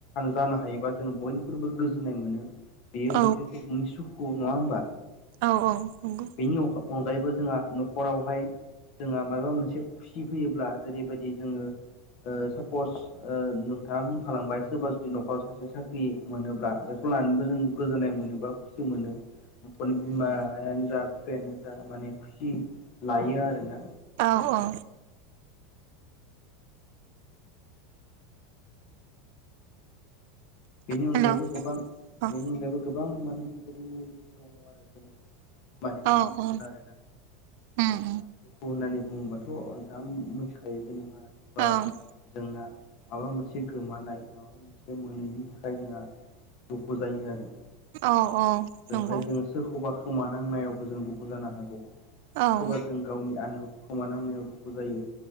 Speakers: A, on the left; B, on the right.
A: जानो हायोबा जोङो बयनिख्रुबो गोजोननाय मोनो बेयो
B: औ
A: मोनसे सुबुंनि सुखु नङा होमबा
B: औ-औ नंगौ।
A: बेनि अनगायैबो जोंहा न'खरावहाय जोंहा माबा मोनसे खुसि फैयोब्ला जेरैबायदि जोङो ओ सापस ओ नोंथाङा मुंखालांबाय सोरबा जुदि न'खराव सासे साख्रि मोनोब्ला बे खौ लानोबो जों गोजोननाय मोनो बा खुसि मोनो न'खरनि बिमायानो जा बिफानो जा माने खुसि लायो आरोना
B: औ-औ
A: बेनि
B: हेलौ
A: अनगायैबो गोबां
B: औ
A: बेनि अनगायैबो गोबां माने बेबायदिनो दङ आरो जों मानि
B: औ
A: खुसि मोनो
B: औ
A: आरोना
B: उम
A: दा दुखु होननानै बुङोबाथ' नोंथाङा मिथिखायो जेनेबा दुखुआ
B: उम
A: जोंना माबा मोनसे गोमानाय माबा मोनसे मोनैनि थाखाय थाखाय जोंहा दुखु जायो आरो
B: औ-औ
A: बेवहाय
B: नंगौ
A: जोङो सोरखौबा खोमानांनायावबो जों दुखु जानो हागौ
B: औ
A: सोरबा जों गावनि आंगोखौ खोमानांनायाव दुखु जायो